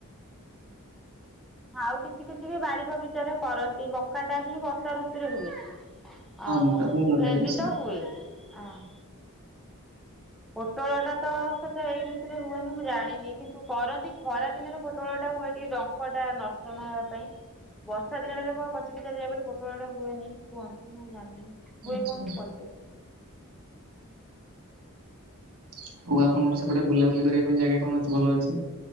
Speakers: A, in the centre; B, on the right (about 85°).
A: ହୁଁ ହୁଁ। ଆଉ କିଛି କିଛି ବି ବାଡି ବଗିଚାରେ କରନ୍ତି। ମକାଟା ହିଁ ବର୍ଷାଋତୁରେ ହୁଏ। ଆଉ
B: ମକା କୁ ଲଗା
A: ଭେଣ୍ଡି
B: ଯାଇଛି।
A: ତ ହୁଏ। ଆଁ ପୋଟଳଟା ତ ସେ ତ ଏଇ ଋତୁରେ ହୁଏନି ମୁଁ ଜାଣିନି କିନ୍ତୁ କରନ୍ତି, ଖରା ଦିନରେ ପୋଟଳଟା ହୁଏ ଟିକେ ଡଙ୍କ ଙ୍କଟା ନଷ୍ଟ ନହବା ପାଇଁ। ବର୍ଷାଦିନରେ ରହିବ ପଚିପୁଚା ଯାଏ ବୋଲି ପୋଟଳଟା ହୁଏନି, କୁହନ୍ତି ମୁଁ ଜାଣିନି। ହୁଏ
B: ଆଚ୍ଛା
A: କଣ ମୁଁ କହିପାରିବିନି।
B: ଆଉ ଆପଣଙ୍କର ସେପଟେ ବୁଲାବୁଲି କରିବା ପାଇଁ ଜାଗା କଣ ଅଛି ଭଲ ଅଛି?